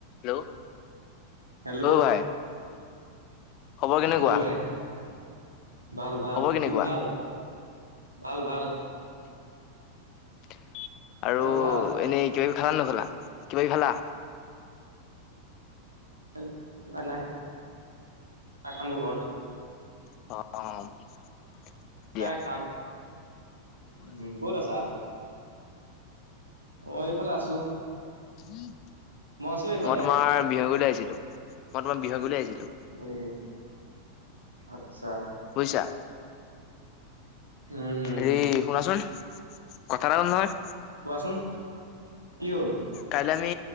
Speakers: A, on the left; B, on the right.
A: Hello
B: hello.
A: অ ভাই খবৰ কেনেকুৱা?
B: অ ভাই ভাল ভাল
A: খবৰ কেনেকুৱা
B: তোৰ ভাল? ভাল ভাল।
A: <unintelligible> আৰু
B: মোৰ ভাল
A: এনেই কিবা খালা নখালা কিবি খালা।
B: ন নাই নাই চাহ খাম ঘৰত গৈ।
A: অ। দিয়া
B: নাই খাম উ ক'ত আছা? অ এইফালে আছো।
A: উম।
B: আছো এইফালে
A: উ মই তোমাৰ বিহ কৰিল আহিছো। ো ব্তমাৰ বিহয় গ আহিছিলো।
B: এ আচ্ছা
A: বুজিছা।
B: উম উম
A: হেৰি শুনাচোন। কথাটা হ'ল নহয়।
B: কোৱাচোন। কি হ'ল?
A: কাইলৈ আমি